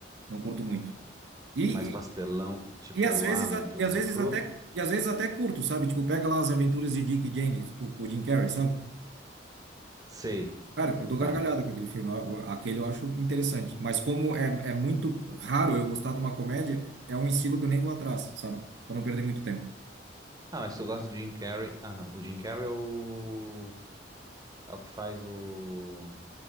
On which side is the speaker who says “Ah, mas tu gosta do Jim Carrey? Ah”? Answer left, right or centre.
Right